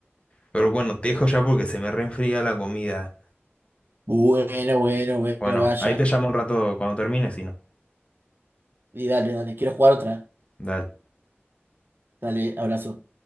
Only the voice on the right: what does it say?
Bueno, bueno, bueno,
vaya.
Y dale, dale, quiero jugar otra.
Dale, abrazo.